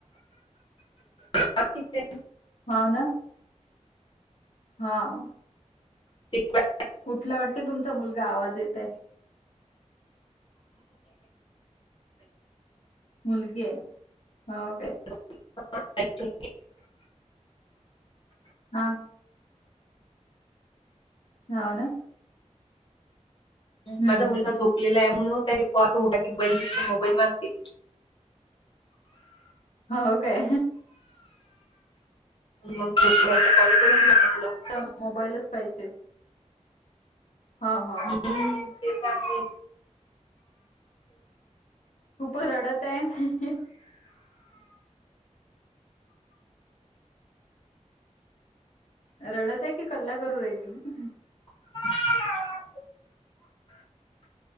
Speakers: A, on the left; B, on the left.
A: बाकि काय?
B: हा, ना. हां.
A: <unintelligible>
B: उठला वाटते तुमचा मुलगा, आवाज येत आहे. मुलगीय. हो का.
A: <unintelligible>
B: हां. हां हम्म
A: माझा मुलगा
B: हम्म
A: झोपलेला आहे, म्हणून आता उटला की बैल दिसते, मोबाईल मागते.
B: हो काय.
A: ह मग झोपल्या, आता कॉल करू ना आपलं.
B: त्याला मोबाईलच पाहिजे. हा हो.
A: हम्म ते तर आहेच.
B: खूप रडत आहे. रडत आहे की कल्ला करू राहिली.
A: <unintelligible>